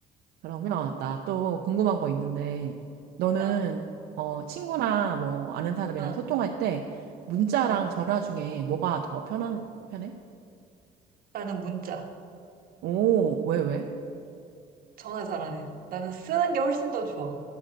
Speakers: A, on the right; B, on the right.
A: 그러면 나 또 궁금한 거 있는데 너는
B: 어,
A: 어, 친구나 뭐 아는 사람이랑
B: 어,
A: 소통할 때 문자랑
B: 어.
A: 전화 중에 뭐가 더 편한 편해?
B: 나는 문자.
A: 오, 왜 왜?
B: 전화 잘안 해. 나는 쓰는 게 훨씬 더 좋아.